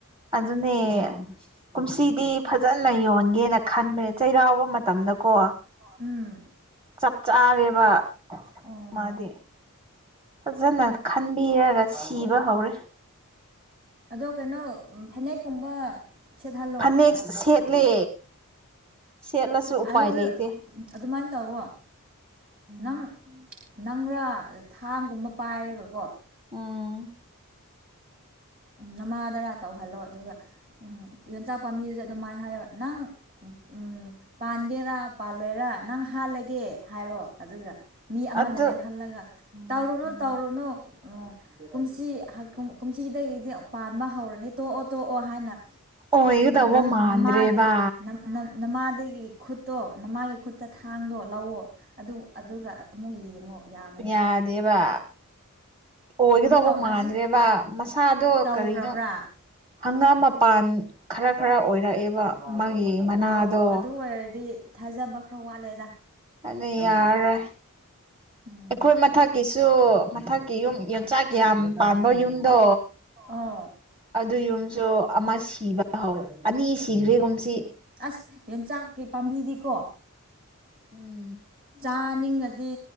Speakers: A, on the right (about 25°); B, on the right (about 40°).
A: ꯑꯗꯨꯅꯦ ꯀꯨꯝꯁꯤꯗꯤ ꯐꯖꯅ ꯌꯣꯟꯒꯦꯅ ꯈꯟꯕꯅꯦ ꯆꯩꯔꯥꯎꯕ ꯃꯇꯝꯗꯀꯣ
B: ꯎꯝ
A: ꯆꯞ ꯆꯥꯔꯦꯕ
B: ꯑꯣ
A: ꯃꯥꯗꯤ ꯐꯖꯅ ꯈꯟꯕꯤꯔꯒ ꯁꯤꯕ ꯍꯧꯔꯦ
B: ꯑꯗꯣ ꯀꯩꯅꯣ ꯐꯅꯦꯛꯀꯨꯝꯕ ꯁꯦꯠꯍꯜꯂꯣ
A: ꯐꯅꯦꯛ ꯁꯦꯠꯂꯦ ꯁꯦꯠꯂꯁꯨ ꯎꯄꯥꯏ
B: ꯑꯗꯨ
A: ꯂꯩꯇꯦ
B: ꯑꯗꯨꯃꯥꯏꯅ ꯇꯧꯋꯣ ꯅꯪ ꯅꯪꯔꯥ ꯊꯥꯡꯒꯨꯝꯕ ꯄꯥꯏꯔꯒꯀꯣ
A: ꯎꯝ
B: ꯅꯃꯥꯗꯔꯥ ꯇꯧꯍꯜꯂꯣ ꯑꯗꯨꯒ ꯌꯣꯟꯆꯥꯛ ꯄꯥꯝꯕꯤꯗꯨꯗ ꯑꯗꯨꯃꯥꯏꯅ ꯍꯥꯏꯌꯣ ꯅꯪ ꯎꯝ ꯄꯥꯟꯒꯦꯔꯥ ꯄꯥꯜꯂꯣꯏꯔ ꯅꯪ ꯍꯥꯜꯂꯒꯦ ꯍꯥꯏꯔꯣ ꯑꯗꯨꯒ ꯃꯤ ꯑꯃꯅ
A: ꯑꯗꯨ
B: ꯂꯦꯞꯍꯜꯂꯒ ꯇꯧꯔꯨꯅꯨ ꯇꯧꯔꯨꯅꯨ
A: <inaudible>
B: ꯀꯨꯝꯁꯤ ꯀꯨꯝꯁꯤꯗꯒꯤꯗꯤ ꯄꯥꯟꯕ ꯍꯧꯔꯅꯤ ꯇꯣꯛꯑꯣ ꯇꯣꯛꯑꯣ ꯍꯥꯏꯅ
A: ꯑꯣꯏꯒꯗꯧꯕ
B: ꯅꯪ
A: ꯃꯥꯟꯗ꯭ꯔꯦꯕ
B: ꯅꯃꯥꯒꯤ ꯅꯃꯥꯗꯒꯤ ꯈꯨꯠꯇꯣ ꯅꯃꯥꯒꯤ ꯈꯨꯠꯇ ꯊꯥꯡꯗꯣ ꯂꯧꯑꯣ ꯑꯗꯨ ꯑꯗꯨꯒ ꯑꯃꯨꯛ ꯌꯦꯡꯉꯣ ꯌꯥꯕꯅꯦ
A: ꯌꯥꯗꯦꯕ ꯑꯣꯏꯒꯗꯧꯕ
B: ꯑꯃꯨꯛ ꯇꯧ
A: ꯃꯥꯟꯗ꯭ꯔꯦꯕ
B: ꯑꯁꯤ
A: ꯃꯁꯥꯗꯣ
B: ꯇꯧꯈ꯭ꯔꯕ꯭ꯔꯥ
A: ꯀꯔꯤꯅꯣ ꯍꯪꯒꯥꯝ ꯃꯄꯥꯟ ꯈꯔ ꯈꯔ ꯑꯣꯏꯔꯛꯑꯦꯕ ꯃꯥꯒꯤ ꯃꯅꯥꯗꯣ
B: ꯑꯣ ꯑꯗꯨ ꯑꯣꯏꯔꯗꯤ ꯊꯥꯖꯕ ꯈꯔ ꯋꯥꯠꯂꯦꯗ
A: ꯑꯗꯣ ꯌꯥꯔꯥꯔꯣꯏ
B: ꯎꯝ
A: ꯑꯩꯈꯣꯏ ꯃꯊꯛꯀꯤꯁꯨ ꯃꯊꯛꯀꯤ ꯌꯨꯝ ꯌꯣꯟꯆꯥꯛ ꯌꯥꯝ ꯄꯥꯟꯕ ꯌꯨꯝꯗꯣ
B: ꯑꯥ
A: ꯑꯗꯨ ꯌꯨꯝꯁꯨ ꯑꯃ ꯁꯤꯕ ꯍꯧꯋꯦ ꯑꯅꯤ ꯁꯤꯈ꯭ꯔꯦꯒꯨꯝꯁꯤ
B: ꯑꯁ ꯌꯦꯟꯆꯥꯛꯀꯤ ꯄꯥꯝꯕꯤꯗꯤꯀꯣ
A: ꯎꯝ
B: ꯆꯥꯅꯤꯡꯉꯗꯤ